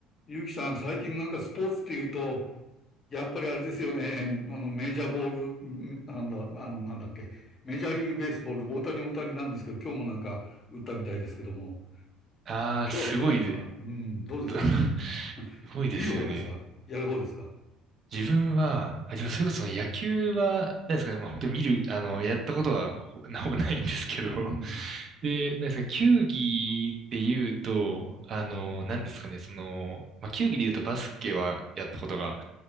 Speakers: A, on the left; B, on the right.
A: ゆうきさん、最近なんかスポーツっていうと、やっぱりあれですよね。あの、メジャーボール、んなんだ、あの、なんだっけ。メジャーリーグベースボール、大谷大谷なんですけど、今日もなんか打ったみたいですけども、
B: ああ、
A: あ今日は打ってないのかなうん、
B: すごいで、
A: どうですかね。
B: <laughs>
A: <laughs>
B: すごいですよね。
A: 見る方ですかやる方ですか
B: 自分は、あ、でもそれこそ野球は、
A: ええ
B: 何ですかね、まあ本当に見る、あの、やったことはほ <laughs> ほぼないんですけど、
A: うん、
B: で、何ですかね、球技で言うと、あの、何ですかね、その、まあ球技で言うとバスケはやったことが